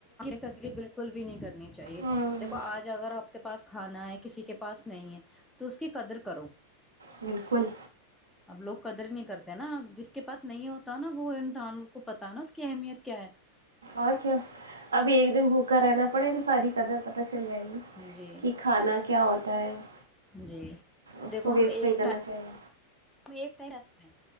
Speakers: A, in the centre; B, on the right.
A: تدلی بالکل بھی نہیں کرنی چاہیے
B: ہوں
A: دیکھو آج اگر آپ کے پاس کھانا ہے کسی کے پاس نہیں ہے تو اس کی قدر کرو
B: بالکل
A: ا لوگ قدر نہیں کرتے نا جس کے پاس نہیں ہوتا نا وہ انسان کو پتا ہے نا اس کی اہمیت کیا ہے
B: اور کیا ابھی ایک دن بھوکا رہنا پڑے تو ساری قدر پت چلے آئیے
A: جی
B: کہ کھانا کیا ہوتا <inaudible>
A: جی
B: اس
A: دیکھو
B: کو ویسٹ
A: ہم ایک
B: نہیں کرنا چاہیے
A: ایک ٹائم سکتے ہیں